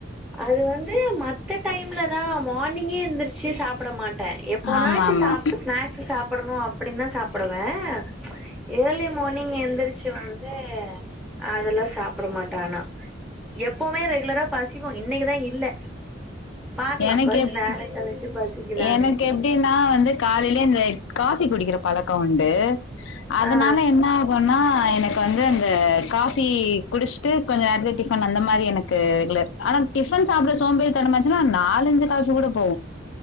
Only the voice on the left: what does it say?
ஆமா ஆமா
எனக்கு
எப்
எனக்கு எப்டின்னா வந்து காலையிலே இந்த காஃபி குடிக்கிற பழக்கம் உண்டு அதனால
என்ன ஆகுன்னா எனக்கு இப்ப வந்து அந்த காஃபி குடிச்சிட்டு கொஞ்சம் நேரத்துலே டிஃபன் அந்த மாரி எனக்கு இல்ல ஆனா டிஃபன் சாப்ட சோம்பே தன்ன மஜிருவான் நாலஞ்சு காசு கூட போ